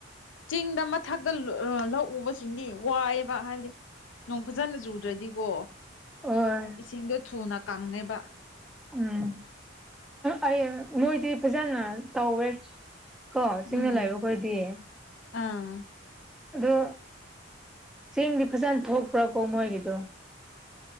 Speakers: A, on the left (about 75°); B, in the centre.
A: ꯆꯤꯡꯗ ꯃꯊꯛꯇ ꯂ ꯂꯧ ꯎꯕꯁꯤꯡꯗꯤ ꯋꯥꯏꯑꯦꯕ ꯍꯥꯏꯕꯗꯤ ꯅꯣꯡ ꯐꯖꯅ ꯆꯨꯗ꯭ꯔꯗꯤꯀꯣ
B: ꯑꯣꯏ
A: ꯏꯁꯤꯡꯗꯣ ꯊꯨꯅ ꯀꯪꯉꯦꯕ
B: ꯎꯝ ꯑꯩ ꯃꯣꯏꯗꯤ ꯐꯖꯅ ꯇꯧꯋꯦ ꯀꯣ ꯆꯤꯡꯅ
A: ꯎꯝ
B: ꯂꯥꯛꯕꯈꯣꯏꯗꯤꯌꯦ
A: ꯑꯥ
B: ꯑꯗꯣ ꯆꯦꯡꯗꯤ ꯐꯖꯅ ꯊꯣꯛꯄ꯭ꯔꯥꯀꯣ ꯃꯣꯏꯒꯤꯗꯣ